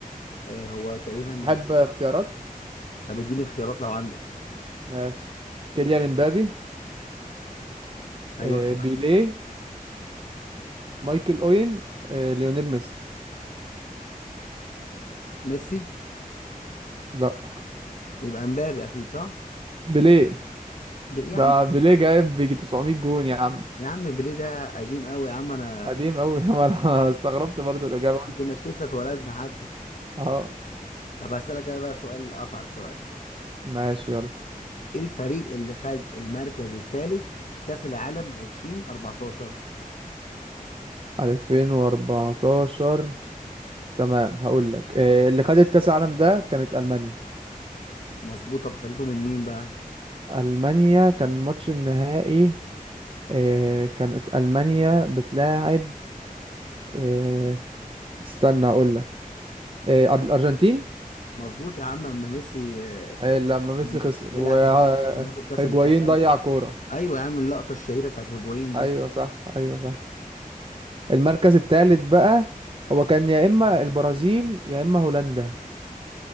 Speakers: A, on the left; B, on the right.
A: آه، هو تقريبا
B: حب اختيارات
A: طب اديني اختيارات لو عندك
B: ماشي كيليان امبابي
A: أيوه
B: آه، بيليه
A: أكيد
B: مايكل اوين آه، ليونيل ميسي
A: ميسي
B: لا
A: يبقى مبابي أكيد صح؟
B: بيليه
A: ب- يا
B: ده
A: عم
B: بيليه جايب بيجي 900 جون يا عم
A: يا عم بيليه ده قديم أوي يا عم أنا
B: قديم قوي <laughs> انا استغربت برضو الاجابه قلت
A: ما كناش لسه اتولدنا حتى
B: اه
A: طب هسألك أنا بقى سؤال أصعب شوية
B: ماشي يلا
A: إيه الفريق اللي خد المركز الثالث كأس العالم 2014
B: 2014 تمام هقول لك آه، اللي خدت كاس العالم ده كانت المانيا
A: مظبوط طب خدته من مين بقى؟
B: المانيا كان ماتش النهائي آه، كانت المانيا بتلاعب آه، استنى اقول لك الارجنتين
A: مظبوط يا عم اما ميسي آه،
B: أي لما ميسي خسر
A: بيلعب
B: وهيجوايين
A: لوحده كان هياخد كاس العالم
B: ضيع كورة
A: ايوه يا عم اللقطه الشهيره بتاعت هيجوين دي
B: ايوه صح ايوه صح المركز الثالث بقى هو كان يا اما البرازيل يا اما هولندا